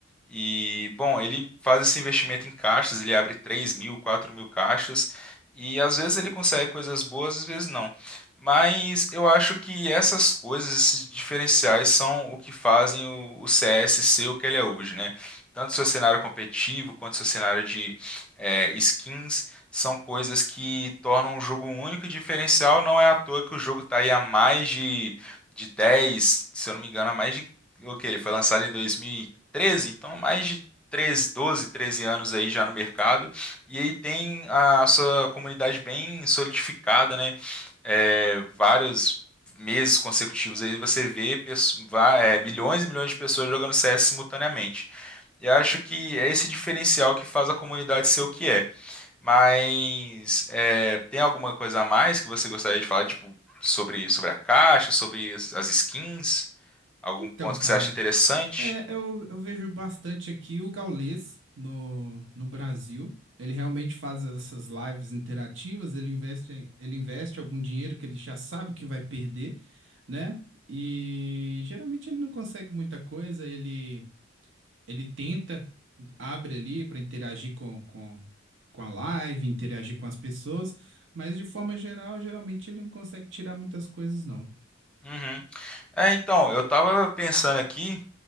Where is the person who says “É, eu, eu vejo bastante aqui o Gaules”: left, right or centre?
Right